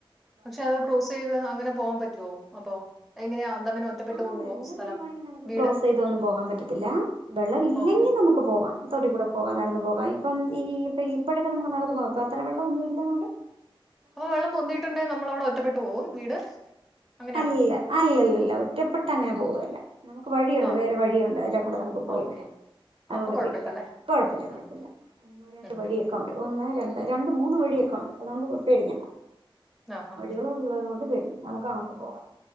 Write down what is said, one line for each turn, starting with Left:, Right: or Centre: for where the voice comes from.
Centre: പക്ഷെ അത് ക്രോസ് ചെയ്ത് അങ്ങനെ പോകാൻ പറ്റുമോ അപ്പൊ എങ്ങനെയാ അതങ്ങനെ ഒറ്റപ്പെട്ടു
Right: ആ
Centre: പോവോ
Right: വെള്ളം
Centre: സ്ഥലം
Right: തരുവാണെങ്കിൽ നമുക്ക്
Centre: വീട്
Right: ക്രോസ് ചെയ്തൊന്നും പോകാൻ പറ്റത്തില്ല വെള്ളം ഇല്ലെങ്കിൽ
Centre: ഓക്കെ
Right: നമുക്ക് പോകാം തോട്ടികൂടെ പോകാം നടന്ന് പോകാം ഇപ്പം ഈ ഇപ്പ ഇപ്പോഴൊക്കെ നമക്ക് നടന്ന് പോകാം ഇപ്പൊ അത്ര വെള്ളന്നും ഇല്ലാതൊണ്ട്
Centre: അപ്പൊ വെള്ളം പൊന്തീട്ടുണ്ടെങ്കി നമ്മളവിടെ ഒറ്റപ്പെട്ട് പോകും വീട് അങ്ങനെയാണോ
Right: അല്ല അല്ലല്ലല്ല ഒറ്റപ്പെട്ടങ്ങനെ പോവല്ല നമുക്ക് വഴിയുണ്ട്
Centre: ആ
Right: വേറെ വഴിയുണ്ട് അതിലെ കൂടെ നമുക്ക് പോയി
Centre: ഓക്കെ
Right: വരാം അതുകൊണ്ട്
Centre: അപ്പൊ കുഴപ്പമില്ലല്ലേ
Right: പേടിക്കണ്ട കൊഴപ്പല്ല കൊഴപ്പല്ല
Centre: ഉം
Right: ഒന്ന് ഒന്ന്, രണ്ട്
Centre: ഉം
Right: വഴിയൊക്കെ
Centre: ഉം ഉം.
Right: ഉണ്ട് ഒന്ന് രണ്ട് രണ്ട് മൂന്ന് വഴിയൊക്കെ ഒണ്ട് അതുകൊണ്ട് പേടിക്കണ്ട
Centre: ആഹാ
Right: വഴികളുള്ളത്കൊള്ളത് കൊണ്ട് പേ നമുക്ക്‌ കാണ പോവ